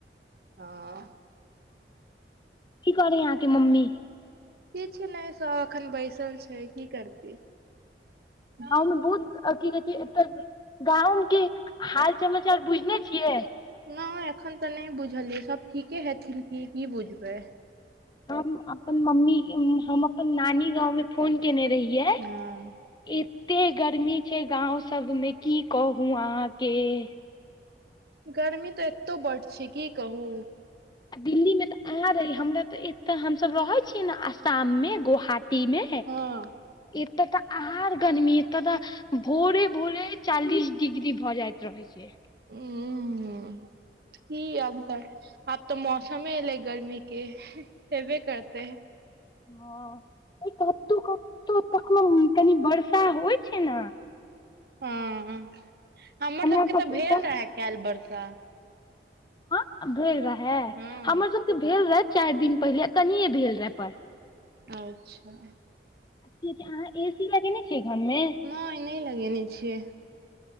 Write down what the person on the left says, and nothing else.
<unintelligible> की करे यऽ अहाँकेँ मम्मी।
गाँवमे बहुत की कहै छै एतऽ गाँव के हाल समाचार बुझने छियै
हम अपन मम्मी केँ हम अपन नानी गाँव में फोन केने रहियै
<inaudible> एते गर्मी। छै गाँव सब में की कहू अहाँकेँ।
आ दिल्ली मे तऽ आँहा रही हमरा ते एते हमसब रहे छीयै ने आसाम में गोहाटी में
ऐत तऽ आर गर्मी ऐत तऽ भोरे भोरे चालीस डिग्री भऽ जायत रहै छीय
हँ ऐ कतो कतो कखनो कनी वर्षा होइ छै न
हमरा
सब
एतऽ
<inaudible> भेल रहैए
हमर सबके भेल रहए चाइर दिन पहिले कनियए भेल रहए पर
<unintelligible> अहाँ ए सी लगेने छियै घरमे